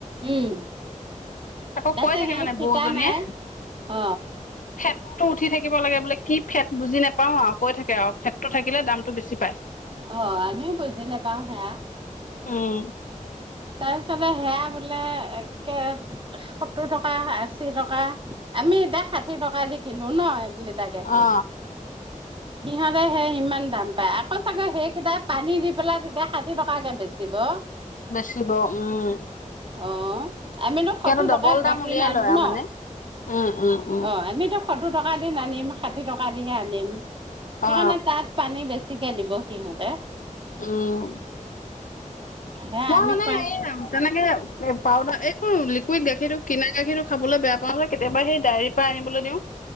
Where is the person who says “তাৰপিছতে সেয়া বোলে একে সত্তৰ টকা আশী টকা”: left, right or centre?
Right